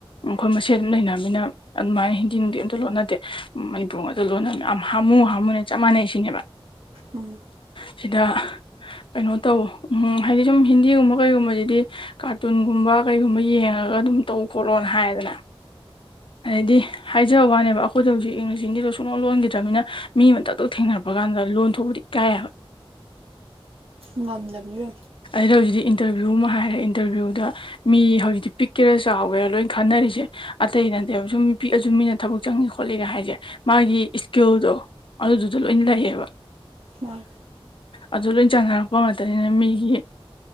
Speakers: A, on the left; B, on the right.
A: ꯑꯩꯈꯣꯏ ꯃꯁꯦꯜ ꯂꯩꯃꯤꯅ ꯑꯗꯨꯃꯥꯏꯅ ꯍꯤꯟꯗꯤꯅꯨꯡꯗꯤ ꯑꯝꯇ ꯂꯣꯟꯅꯗꯦ ꯃꯅꯤꯄꯨꯔ ꯉꯇ ꯂꯣꯟꯅ ꯃꯌꯥꯝ ꯍꯥꯃꯨ ꯍꯥꯃꯨꯅꯦ ꯆꯞ ꯃꯥꯟꯅꯩ ꯁꯤꯅꯦꯕ
B: ꯎꯝ
A: ꯁꯤꯗ ꯀꯩꯅꯣ ꯇꯧ ꯎꯝ ꯍꯥꯏꯗꯤ ꯁꯨꯝ ꯍꯤꯟꯗꯤꯒꯨꯝꯕ ꯀꯩꯒꯨꯝꯕꯁꯤꯗꯤ ꯀꯥꯔꯇꯨꯟꯒꯨꯝꯕ ꯀꯩꯒꯨꯝꯕ ꯌꯦꯡꯉ ꯈꯔꯒ ꯑꯗꯨꯝ ꯇꯧ ꯈꯣꯠꯂꯣꯅ ꯍꯥꯏꯗꯅ ꯑꯗꯩꯗꯤ ꯍꯥꯏꯖꯕ ꯋꯥꯅꯦꯕ ꯑꯩꯈꯣꯏꯗ ꯍꯧꯖꯤꯛ ꯏꯪꯂꯤꯁ ꯍꯤꯟꯗꯤꯗꯣ ꯁꯨꯡꯂꯥꯎ ꯂꯣꯟꯈꯤꯗ꯭ꯔꯕꯅꯤꯅ ꯃꯤ ꯑꯃꯇꯛꯇ ꯊꯦꯡꯅꯔꯛꯄ ꯀꯥꯟꯗ ꯂꯣꯟ ꯊꯣꯛꯄꯗꯤ ꯀꯌꯥ
B: ꯉꯝꯗꯕꯤꯁꯨ
A: ꯁꯤꯗ ꯍꯧꯖꯤꯛꯇꯤ ꯏꯟꯇꯔꯚꯤꯌꯨ ꯑꯃ ꯍꯥꯏꯔꯦ ꯏꯟꯇꯔꯚꯤꯌꯨꯗ ꯃꯤ ꯍꯧꯖꯤꯛꯇꯤ ꯄꯤꯛꯀꯦꯔꯥ ꯆꯥꯎꯋꯦꯔ ꯂꯣꯏꯅ ꯈꯟꯅꯔꯤꯁꯦ ꯑꯇꯩ ꯅꯠꯇꯦꯕ ꯁꯨꯝꯄꯤ ꯑꯁꯨꯨꯝ ꯃꯤꯅ ꯊꯕꯛ ꯆꯪꯉ ꯈꯣꯠꯂꯤꯒ ꯍꯥꯏꯁꯦ ꯃꯥꯒꯤ ꯏꯁꯀꯤꯜꯗꯣ ꯑꯗꯨꯗꯨꯗꯂꯣ ꯏꯟꯂ ꯍꯦꯕ
B: ꯃꯥꯅ
A: ꯑꯗꯨ ꯂꯣꯏ ꯆꯥꯟꯅꯔꯛꯄ ꯃꯇꯝꯅꯤꯅ ꯃꯤꯒꯤ